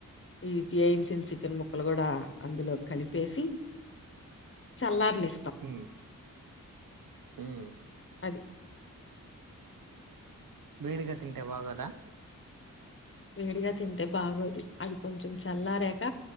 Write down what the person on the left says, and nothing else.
ఈ చేయించిన చికెన్ ముక్కలు కూడా అందులో కలిపేసి చల్లారని
అది
వేడిగా తింటే బాగోదు అది కొంచెం చల్లారేక